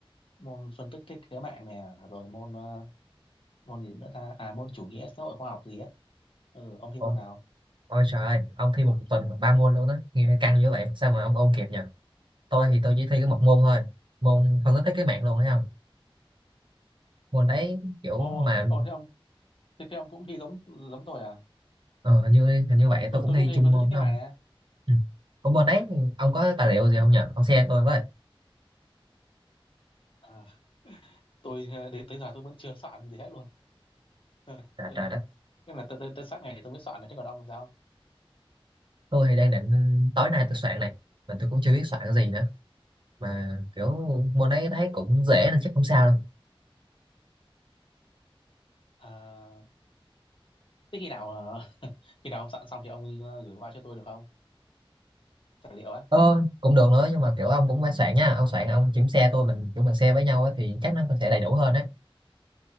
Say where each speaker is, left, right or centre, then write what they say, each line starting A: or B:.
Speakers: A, on the left; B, on the right.
A: môn phân tích thiết kế mạng nè, rồi môn ờ, môn gì nữa ta? À, môn chủ nghĩa xã hội khoa học gì á. Ừ, ông thi
B: ôi,
A: môn nào?
B: ôi trời ơi ông thi một tuần ba môn luôn đó nghe căng như vậy sao mà ông ôn kịp nhỉ tôi thì tôi chỉ thi có một môn thôi môn phân tích thiết kế mạng luôn thấy không môn đấy kiểu
A: Ồ,
B: mà
A: ồ thế ông, thế, thế ông cũng thi giống giống tôi à?
B: ờ, hình như hình như vậy
A: Tôi
B: tôi cũng
A: tôi
B: thi
A: cũng thi
B: chung
A: phân
B: môn
A: tích thiết kế
B: đó
A: mạng
B: ông
A: nè.
B: ừ. ủa môn đấy ông có tài liệu gì không nhỉ ông share tôi với
A: À, tôi ờ, đến tới giờ tôi vẫn chưa soạn gì hết luôn. <laughs>
B: trời
A: Tôi
B: trời đất
A: nhưng là tới tới tới sát ngày tôi mới soạn này thế còn ông thì sao
B: tôi thì đang định tối nay tôi soạn này mà tôi cũng chưa biết soạn cái gì nữa mà kiểu môn đấy thấy cũng dễ nên chắc không sao đâu
A: à, thế khi nào ờ, <laughs> khi nào ông soạn xong thì ông ờ, gửi qua cho tôi được không tài liệu á
B: ờ cũng được nữa nhưng mà kiểu ông cũng phải soạn nha ông soạn ông chuyển xe tôi mình chúng mình xe với nhau á thì chắc nó sẽ đầy đủ hơn á